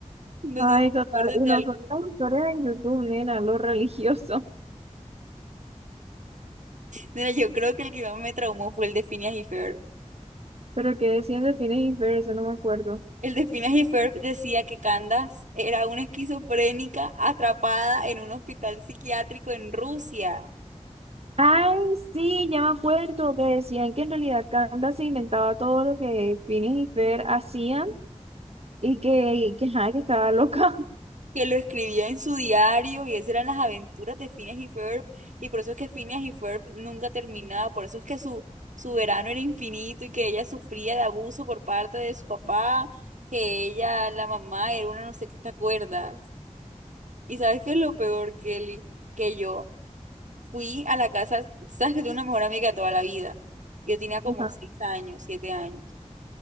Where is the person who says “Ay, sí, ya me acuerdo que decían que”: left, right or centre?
Right